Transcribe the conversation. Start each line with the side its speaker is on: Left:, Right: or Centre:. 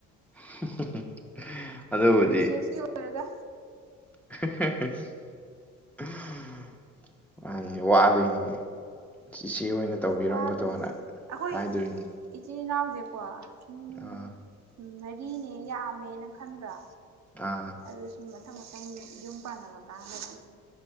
Centre: <inaudible> ꯑꯗꯨꯕꯨꯗꯤ
Right: ꯄ꯭ꯔꯤꯟꯁꯦꯁꯇꯤ ꯑꯣꯏꯔꯒ
Centre: <unintelligible> ꯃꯥꯅꯤꯅꯦ ꯋꯥꯗꯣꯏꯅꯤꯅꯦ ꯏꯆꯦ ꯑꯣꯏꯅ ꯇꯧꯕꯤꯔꯝꯕꯗꯣꯅ
Right: ꯋꯥꯗꯣꯏꯅꯦ ꯑꯩꯈꯣꯏ
Centre: ꯍꯥꯏꯗꯣꯏꯅꯤ
Right: ꯏꯆꯤꯜ ꯏꯅꯥꯎꯁꯦꯀꯣ ꯁꯨꯝ
Centre: ꯑꯥ
Right: ꯃꯔꯤꯅꯦ ꯌꯥꯝꯃꯦꯅ ꯈꯟꯗ꯭ꯔꯥ
Centre: ꯑꯥ
Right: ꯑꯗꯨ ꯁꯨꯝ ꯃꯊꯪ ꯃꯊꯪ ꯌꯨꯝ ꯄꯥꯟꯅꯕ ꯀꯥꯟꯗꯗꯤ